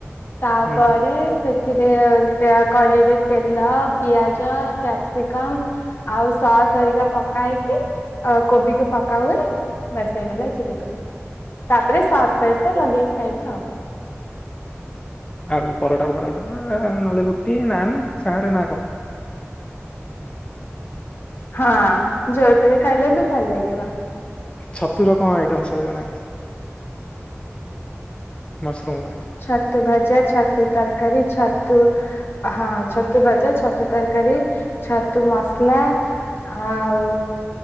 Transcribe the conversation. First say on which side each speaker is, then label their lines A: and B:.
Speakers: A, on the left (about 50°); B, on the left (about 25°).
A: ତାପରେ
B: ହୁଁ ହୁଁ
A: ସେ ସେଥିରେ କଡେଇରେ ତେଲ, ପିଆଜ, କ୍ୟାପସିକମ୍ ଆଉ ସସ୍ ହରିକା ପକା ହେଇକି କୋବିକୁ ପକାହୁଏ। ବାସ୍ ହେଇଗଲା ଏ ଚିଲ୍ଳିକୋବି ତାପରେ ସସ୍ ସହିତ ଲଗେଇକି ଖାଇବ ଆଉ।
B: ଆଉ ପରଟା ଫରଟା ନହେଲେ ରୁଟି ନାନ୍ ସାରେ ନା କ
A: ହଁ ଯୋଉଥିରେ ଖାଇଲେ ବି ଭଲ ଲାଗିବ।
B: ଛତୁର କଣ ଆଇଟମ ସବୁ ଜଣାଅଛି? ମସରୁମ ର
A: ଛତୁଭଜା, ଛତୁ ତରକାରୀ ଛତୁ ହଁ ଛତୁଭଜା, ଛତୁ ତରକାରୀ, ଛତୁ ମସ ଥିଲା ଆଉ